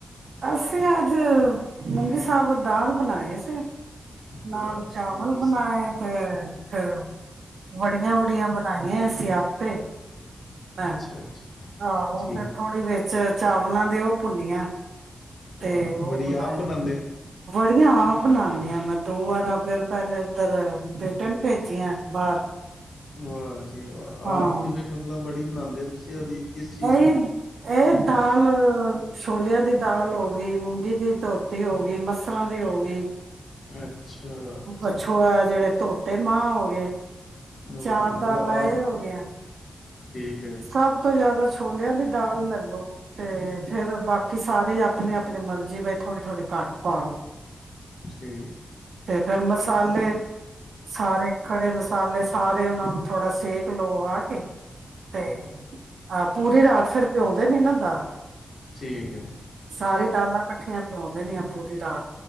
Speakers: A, on the right; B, on the left.
A: ਅਸੀਂ ਅੱਜ ਮੂੰਗੀ ਸਾਾਬਤ ਦਾਲ ਬਣਾਏ ਸੀ ਨਾਲ
B: ਵਾਹ
A: ਚਾਵਲ
B: ਮੂੰਗੀ
A: ਬਣਾਏ
B: ਸਾਬਤ
A: ਤੇ ਫਿਰ ਵੜੀਆਂ ਵੁੜੀਆਂ ਬਣਾਈਆਂ ਸ ਆਪੇ ਮੈਂ
B: ਅੱਛਾ ਅੱਛਾ
A: ਆਹੋ
B: ਠੀਕ
A: ਉਹ ਫੇਿਰ ਥੋੜ੍ਹੀ ਵੇਖ ਚ ਚਾਵਲਾਂ ਦੇ ਉਹ ਭੁੰਨੀਆਂ
B: ਵਾਹ
A: ਤੇ ਉਹ
B: ਬੜੀ
A: ਬਣਾਇਆ,
B: ਆਪ ਬਣਾਉਂਦੇ
A: ਵੜੀਆਂ। ਬਣਾਨੇ ਹਾਂ, ਮੈਂ ਦੋ ਵਾਰ ਫਿਰ ਪਹਿਲੇ ਉੱਧਰ ਬੇਟੇ ਨੂੰ ਭੇਜੀਆਂ ਬਾਹਰ।
B: ਵਾਹ ਜੀ ਵਾਹ,
A: ਹਾਂ
B: ਆਪ ਕਿਵੇਂ ਮਤਲਬ ਵੜੀ ਬਨਾਉਂਦੇ ਹੋ ਤੁਸੀਂ ਉਹਦੀ ਕਿਸ ਚੀਜ਼
A: ਇਹੀ,
B: ਦੀ
A: ਇਹ ਦਾਲ ਛੋਲਿਆਂ ਦੀ ਦਾਲ ਹੋ ਏ, ਮੂੰਗੀ ਦੀ ਧੋਤੀ ਹੋ ਗਈ, ਮਸਰਾਂ ਦੀ ਹੋ ਗਈ।
B: ਅੱਛਾ ਠੀਕ
A: ਅਛਾ,
B: ਹੈ
A: ਜਿਹੜੇ ਧੋਤੇ ਮਾਂ ਹੋ ਗਏ,
B: ਵਾਹ
A: ਚਾਰ
B: ਜੀ ਮਤਲਬ
A: ਦਾਲਾਂ
B: ਆਪ
A: ਇਹ ਹੋ ਗਈਆ।
B: ਠੀਕ ਹੈ
A: ਸਭ ਤੋਂ ਜਿਆਦਾ ਛੋਲਿਆਂ ਦੀ ਦਾਲ ਲੈਲੋ ਤੇ ਫਿਰ ਬਾਕੀ ਕਿ ਸਾਰੇ ਆਪਣੇ-ਆਪਣੇ ਮਰਜ਼ੀ ਬਈ ਥੋੜ੍ਹੀ-ਥੋੜੀ ਘੱਟ ਪਾ ਲੋ।
B: ਠੀਕ
A: ਤੇ ਫੇਰ ਮਸਾਲੇ, ਸਾਰੇ ਖੜੇ ਮਸਾਲੇ ਸਾਰੇ ਉਹਨਾ ਨੂੰ ਥੋੜਾ ਸੇਕ ਲੋਵਾ ਕੇ ਤੇ
B: ਹਮ,
A: ਆਪ ਪੂਰੀ ਰਾਤ ਫਿਰ ਪਿਉਂਦੇ ਨੇ ਨਾ ਦਾਲ,
B: ਠੀਕ ਹੈ
A: ਸਾਰੀ ਦਾਲਾਂ ਕੱਠੀਆਂ ਪਿਉਂਦੇ ਦੇਂਦੀ ਹਾ। ਪੂਰੀ ਰਾਤ